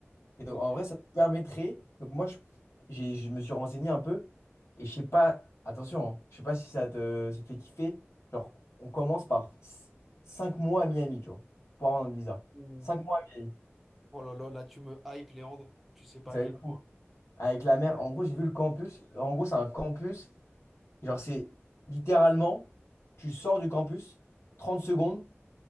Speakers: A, on the left; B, in the centre.
A: Et donc,
B: Ok.
A: en vrai, ça te permettrait. Donc, moi, je, j'ai- je me suis renseigné un peu, et je sais pas, attention, hein, je sais pas si ça te, ça te fait kiffer. Genre, on commence par 5 mois à Miami, tu vois, pour avoir notre visa.
B: Ouh.
A: cinq mois à Miami,
B: Oh là là, là tu me hype, Léandre. Tu sais pas
A: ça
B: à quel
A: va être
B: point.
A: fou. Avec la mer, en gros, j'ai vu le campus. En gros, c'est un campus. Genre, c'est littéralement, tu sors du campus, 30 secondes,